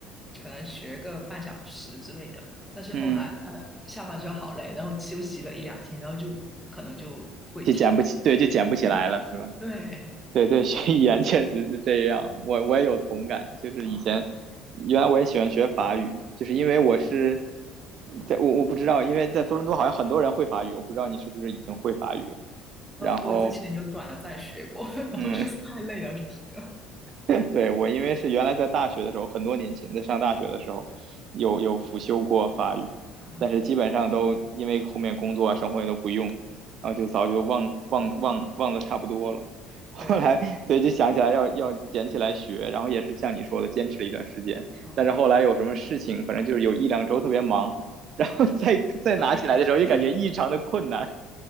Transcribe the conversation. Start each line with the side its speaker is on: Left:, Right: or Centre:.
Centre: 可能学个半小时之类的，但是后来呃，
Right: 嗯，
Centre: 下班之后好累，然后休息了一两天，然后就可能就会停。
Right: 就捡不起，对，就捡不起来了，
Centre: 对
Right: 是吧？
Centre: 对
Right: 对对，学语言确实是这样，我我也有同感。就是以前，
Centre: 啊，
Right: 原来我也喜欢学法语，就是因为我是在我我不知道，因为在多伦多好像很多人会法语，我不知道你是不是已经会法语了。然后，
Centre: 呃，我之前有短暂学过，<laughs> 然后就是太累了就停。
Right: 嗯，<laughs> 对我因为是原来在大学的时候，很多年前在上大学的时候，有有辅修过法语，
Centre: 啊，
Right: 但是基本上都因为后面工作啊、生活也都不用，然后就早就忘忘忘忘的差不多了。<laughs> 后来，
Centre: 对了，
Right: 所以就想起来要要捡起来学，然后也是像你说的，坚持了一段时间。
Centre: 啊，
Right: 但是后来有什么事情，
Centre: 嗯
Right: 反正就是有一两周特别忙，然后再再拿起来的时候，
Centre: 然后就停。了。
Right: 就感觉异常的困难。